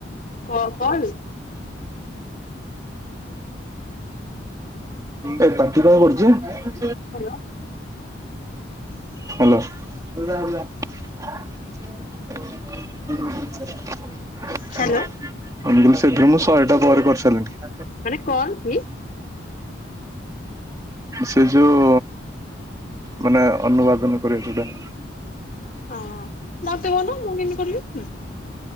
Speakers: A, on the left; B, on the right.
A: କ କଲ
B: ଏ ପାଟି କଣ କରୁଚୁ ବେ।
A: ହାଲୋ ହୁଁ।
B: ହ୍ୟାଲୋ ମୁଁ <inaudible> <inaudible> ସେଥିରୁ ମୁଁ
A: ହ୍ୟାଲୋ
B: ଶହେଟା ପରେ କରିସାରିଲିନି।
A: ମାନେ କଣ କି?
B: ସେ ଯୋଉ ମାନେ ଅନୁବାଦନ କରିବା ଯୋଉ ଟା।
A: ଓହୋ। ମତେ କୋହୁନ ମୁଁ କେମିତି କରିବି?